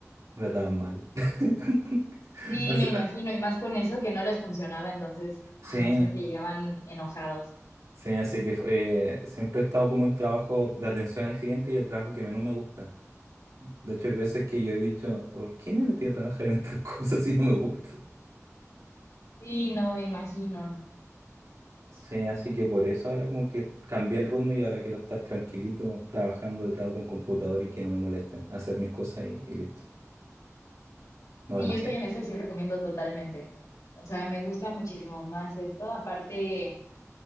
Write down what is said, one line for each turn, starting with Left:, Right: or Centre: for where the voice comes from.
Right: me trataban mal. <laughs>
Left: Sí,
Right: O sea,
Left: me imagino, y más con eso que no les funcionaba, entonces
Right: sí.
Left: me imagino que llegaban enojados.
Right: Sí, así que eh, siempre he estado como en trabajo de atención al cliente y el trabajo que menos me gusta. De hecho, hay veces que yo he dicho, ¿por qué me metí a trabajar en estas <laughs> cosas si no me gusta?
Left: Sí, no, me imagino.
Right: Sí, así que por eso ahora como que cambié el ritmo y ahora quiero estar tranquilito trabajando detrás de un computador y que no me molesten, hacer mis cosas y, y listo, no
Left: Sí,
Right: ver más
Left: yo estoy
Right: gente.
Left: en eso y sí recomiendo totalmente. O sea, me gusta muchísimo más esto. Aparte,